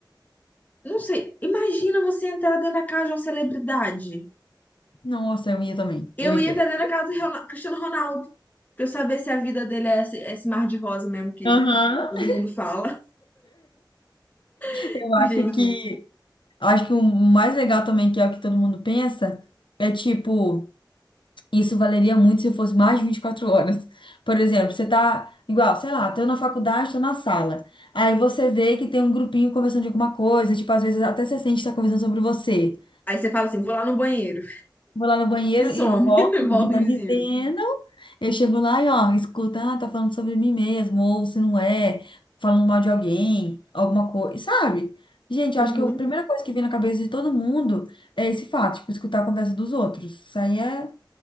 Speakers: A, on the left (about 20°); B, on the left (about 90°).
A: não sei. Imagina você entrar dentro da casa de uma celebridade.
B: Nossa, eu ia também.
A: Eu
B: Eu ia
A: ia
B: querer.
A: entrar dentro da casa do Rona- Cristiano Ronaldo. Pra eu saber se a vida dele é esse, esse mar de rosa mesmo que
B: Aham.
A: todo
B: <laughs>
A: mundo fala. <laughs>
B: Eu
A: Gente.
B: acho que, acho que o mais legal também, que é o que todo mundo pensa, é tipo, isso valeria muito se fosse mais de 24 horas. Por exemplo, você tá igual, sei lá, tô na faculdade, tô na sala. Aí você vê que tem um grupinho conversando de alguma coisa, tipo, às vezes até você sente que tá conversando sobre você.
A: Aí você fala assim: vou lá no banheiro.
B: Vou lá no banheiro
A: E some,
B: e eu volto,
A: <laughs>
B: ninguém
A: volta
B: tá
A: invisível.
B: me vendo. Eu chego lá e, ó, escuta, ah, tá falando sobre mim mesmo, ou se não é, falando mal de alguém, alguma coisa, sabe? Gente,
A: Uhum.
B: eu acho que a primeira coisa que vem na cabeça de todo mundo é esse fato, tipo, escutar a conversa dos outros. Isso aí é,